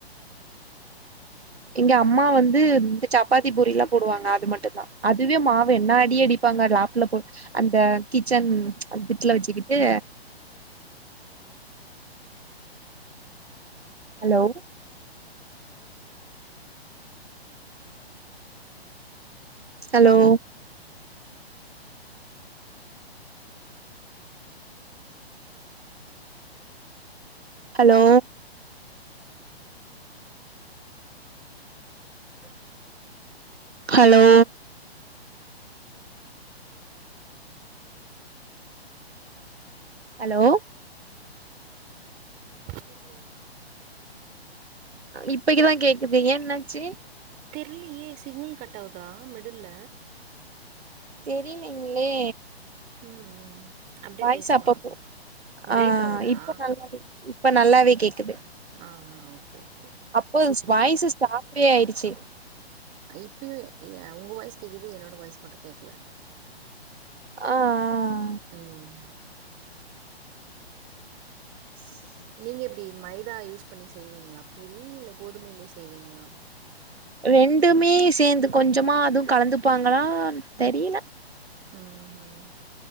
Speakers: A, on the right (about 75°); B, on the right (about 25°).
A: எங்க அம்மா வந்து இந்த சப்பாத்தி பூரியிலா போடுவாங்க அது மட்டு தா அதுவே மாவு என்ன அடி அடி ப்பாங்க ராக்ல போ அந்த கிச்சன் அந்த திட்டல வச்சுக்கிட்டு hello hello hello hello hello
B: கேக்கிலையா
A: இப்பகைகுதா கேக்குது ஏன் என்னாச்சு
B: தெர்லையே சிக்னல் கட்டாகுதா மிடில்ல
A: தெரிலைங்ளே
B: ம் ம். அப்படியே
A: வாய்ஸ்
B: பேசலாம்
A: அப்பப்போ
B: பிரேக்
A: ஆ
B: ஆகுதா
A: இப்ப நல்லாவே இப்ப நல்லாவே கேக்குது
B: ஆ ஓகே, ஓகே.
A: அப்போ
B: சிக்னல்
A: வாய்ஸ்சு <unintelligible> ஃப்ரீ ஆயிடுச்சு
B: ஆ இப்பயு உங்க வாய்ஸ் கேக்குது என்னோட வாய்ஸ் மட்டு கேக்கல
A: ஆ ஆ ஆ
B: ம்.
A: <inaudible>
B: நீங்க எப்டி மைதா யூஸ் பண்ணி செய்வீங்களா பூரி இல்ல கோதுமைையிலயே செய்வீங்களா
A: ரெண்டுமே சேந்து கொஞ்சமா அதுவும் கலந்துப்பாங்களா தெரியல
B: ம் ம்